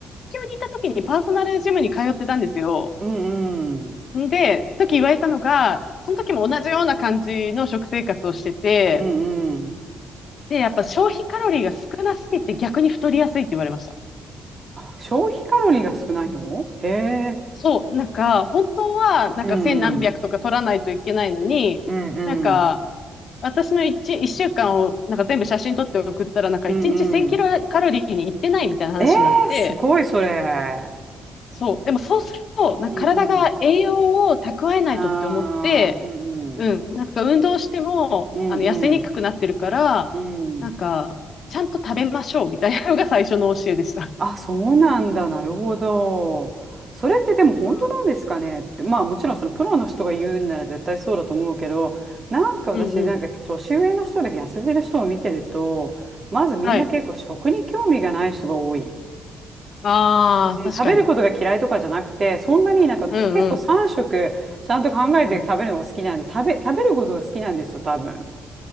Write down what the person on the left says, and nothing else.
東京にいた時にパーソナルジムに通ってたんですよ。
んで、時言われたのが、その時も同じような感じの食生活をしてて、
で、やっぱ消費カロリーが少なすぎて逆に太りやすいって言われました。
そう、なんか、本当は、なんか千何百とか取らないといけないのに、
なんか、私の一、一週間をなんか全部写真撮って送ったら、なんか一日1000キロカロリーに行ってないみたいな話になって、
そう。でもそうすると、なんか体が栄養を蓄えないとって思って、
うん。なんか運動しても、
あの、痩せにくくなってるから、
なんか、ちゃんと食べましょうみたいなのが最初の教えでした。
うん
うんうん。
はい。
ああ、確かに。
うんうん。うん。